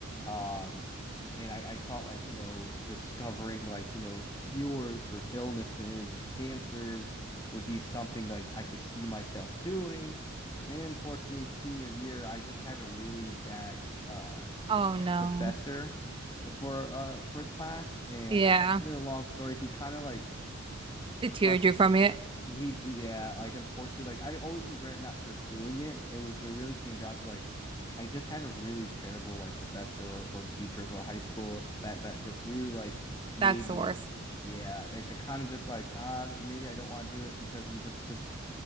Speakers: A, on the left; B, on the right.
A: um, and I I thought like you know discovering like you know cures for illnesses and cancers would be something like I could see myself doing. And unfortunately, senior year, I just had a really bad uh,
B: Oh no.
A: professor for uh, for class, and
B: Yeah.
A: in a long story, he kind of like
B: The
A: crushed.
B: tearjerker from it.
A: He yeah, like unfortunately, like I always regret not pursuing it, but it was it really came down to like I just had a really terrible like professor or, or teacher from high school that that just really like made
B: That's the
A: me
B: worst.
A: yeah, I, I kind of just like ah maybe I don't want to do this because he just just